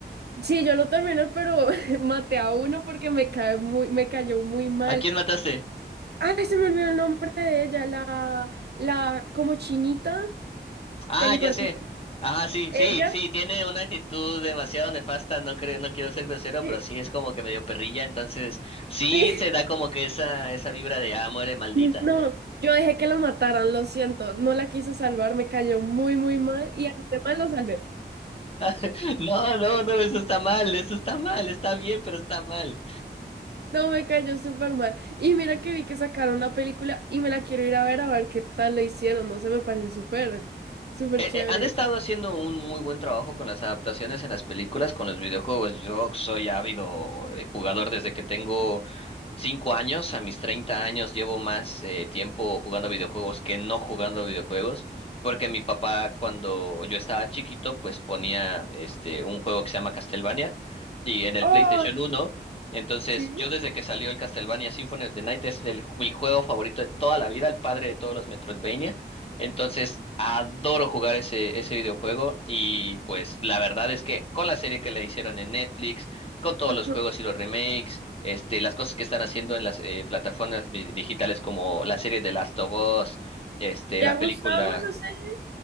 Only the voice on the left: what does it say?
¿A quién mataste?
Ah,
ya sé. Ah, sí,
sí, sí, tiene una actitud demasiado nefasta, no creo, no quiero ser grosero,
pero sí es como que medio perrilla, entonces sí
se da como que esa, esa vibra de ah, muere maldita.
<laughs> No, no, no, eso está mal, eso está mal, está bien, pero está mal.
Eh,
eh, han estado haciendo un muy buen trabajo con las adaptaciones en las películas, con los videojuegos. Yo soy ávido eh, jugador desde que tengo cinco años, a mis 30 años, llevo más eh, tiempo jugando videojuegos que no jugando videojuegos, porque mi papá cuando yo estaba chiquito, pues ponía este un juego que se llama Castlevania y en el
PlayStation uno Entonces,
yo desde que salió el Castlevania Symphony of the Night es el, mi juego favorito de toda la vida, el padre de todos los Metroidvania. Entonces, adoro jugar ese, ese videojuego y pues la verdad es que con la serie que le hicieron en Netflix, con todos
los juegos y los remakes, este, las cosas que están haciendo en las eh, plataformas mi- digitales como la serie de Last of Us, este,
la
película.